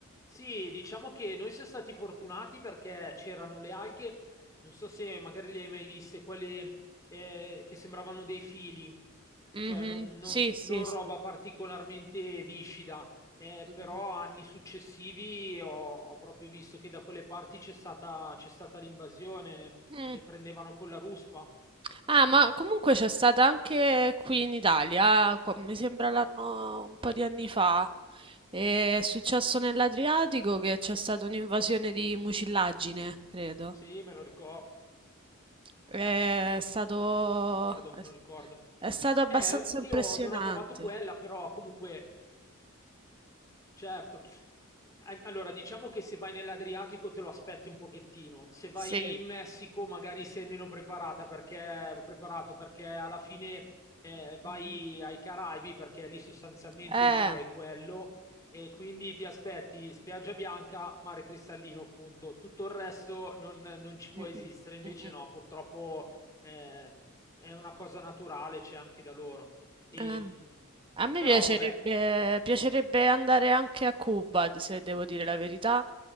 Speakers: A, on the left (about 15°); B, on the right (about 25°).
A: Sì, diciamo che noi siamo stati fortunati perché c'erano le alghe, non so se magari le hai mai viste, quelle eh, che sembravano dei fili, cioè
B: Mhm,
A: non, non-
B: Sì, sì,
A: non roba
B: sì.
A: particolarmente viscida, eh,
B: Mhm.
A: però anni successivi ho, ho proprio visto che da quelle parti c'è stata, c'è stata l'invasione,
B: Mm.
A: le prendevano con la ruspa,
B: Ah, ma comunque c'è stata anche qui in Italia, qua- mi sembra l'anno un po' di anni fa, e è successo nell'Adriatico che c'è stata un'invasione di mucillaggine, credo.
A: sì, me lo ricordo,
B: È stato,
A: me lo ricordo.
B: è stato abbastanza
A: Eh,
B: impressionante.
A: io non ho trovato quella, però comunque Certo. A- Allora, diciamo che se vai nell'Adriatico te lo aspetti un pochettino. Se vai
B: Sì.
A: in Messico, magari sei meno preparata perché, preparato perché alla fine eh, vai
B: Mh-mh.
A: ai Caraibi, perché lì sostanzialmente
B: Eh.
A: il mare è quello, e quindi ti aspetti spiaggia bianca, mare cristallino, punto. Tutto il resto non, non ci può
B: Mh-mh.
A: esistere. Invece,
B: Mh-mh.
A: no, purtroppo ehm, è una cosa naturale, c'è anche da loro. E,
B: Ah.
A: mh,
B: A me
A: però
B: piacerebbe
A: vabbè,
B: piacerebbe andare anche a Cuba, se devo dire la verità,